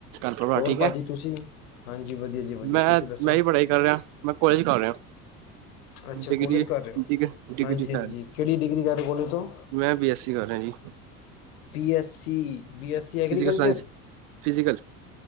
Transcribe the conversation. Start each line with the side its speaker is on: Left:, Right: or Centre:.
Right: ਪਰਿਵਾਰ
Left: ਹੋਰ
Right: ਠੀਕ
Left: ਭਾਜੀ
Right: ਹੈ
Left: ਤੁਸੀਂ, ਹਾਂਜੀ ਵਧੀਆ ਜੀ ਵਧੀਆ।
Right: ਮੈਂ,
Left: ਤੁਸੀਂ ਦੱਸੋ
Right: ਮੈਂ ਹੀ ਪੜ੍ਹਾਈ ਕਰ ਰਿਹਾ ਮੈਂ ਕੋਲੇਜ ਕਰ ਰਿਹਾ।
Left: ਅੱਛਾ
Right: ਡਿਗਰੀ
Left: ਕੋਲੇਜ ਕਰ ਰਹੇ ਹੋ,
Right: ਡਿਗ ਡਿਗਰੀ
Left: ਹਾਂਜੀ-ਹਾਂਜੀ
Right: ਲੈਣੀ
Left: ਕਿਹੜੀ ਡਿਗਰੀ ਕਰ ਰਹੇ ਕੋਲੇਜ ਤੋਂ।
Right: ਮੈਂ ਬੀ ਐੱਸ ਸੀ ਕਰ ਰਿਹਾ ਜੀ।
Left: B S C B S C agriculture
Right: physical science physical.